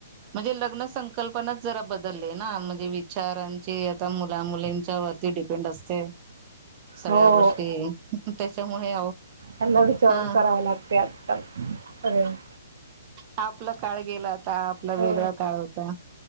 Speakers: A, on the right; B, on the right.
A: म्हणजे लग्न संकल्पनाच जरा बदललीय ना, म्हणजे विचारांचे त्या मुला मुलींच्यावरती डिपेंड असते. सगळ्या
B: हो
A: गोष्टी त्याच्यामुळे
B: त्यांना विचारून
A: हा
B: करावं लागते आजकाल सगळंच.
A: आपला काळ गेला आता. आपला
B: हो
A: वेगळा काळ होता.